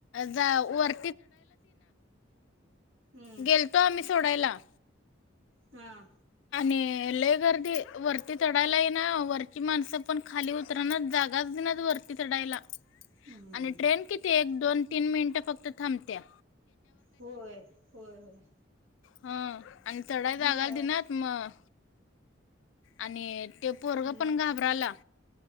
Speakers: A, on the left; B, on the right.
A: जा वर
B: हम्म
A: गेलतो आम्ही सोडायला
B: हा.
A: ते लय गर्दी वरती चडायला येईन ना वरची माणसं पण खाली उतरणार जागाच दिना च वरती ला
B: हम्म
A: आणि
B: हम्म
A: ट्रेन किती एक दोन तीन मिनिट फक्त थांबतिया.
B: होय होय होय.
A: हा आणि चढाय जागा
B: म्हणजे आवड
A: दिनात. मग आणि ते पोरग पण
B: मग
A: घाबराला.